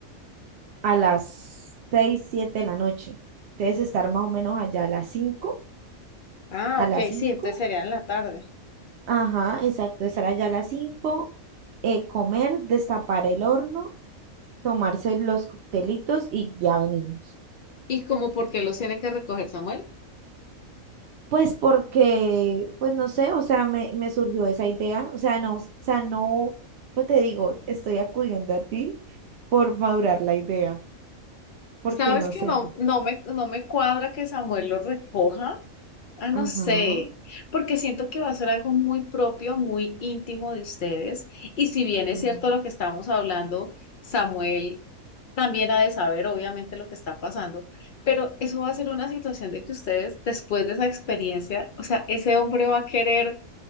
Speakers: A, on the right; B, on the left.
A: a las 6 7 de la noche. Entonces, estar más o menos allá a las cinco
B: Ah,
A: a
B: ok,
A: las 5
B: sí, entonces sería en la tarde.
A: Ajá, exacto, estar allá a las cinco eh, comer, destapar el horno, tomarse los coctelitos y ya venimos.
B: ¿Y como por qué los tiene que recoger Samuel?
A: Pues porque, pues no sé, o sea, me, me surgió esa idea, o sea, no, o sea, no, pues te digo, estoy acudiendo a ti por madurar la idea, porque
B: Sabes
A: no
B: que
A: sé.
B: no, no me, no me cuadra que Samuel lo recoja. Ah, no
A: Ajá,
B: sé, porque siento que va a ser algo muy propio, muy íntimo de ustedes. Y si bien es
A: ajá.
B: cierto lo que estamos hablando, Samuel también ha de saber, obviamente, lo que está pasando, pero eso va a ser una situación de que ustedes, después de esa experiencia, o sea, ese hombre va a querer,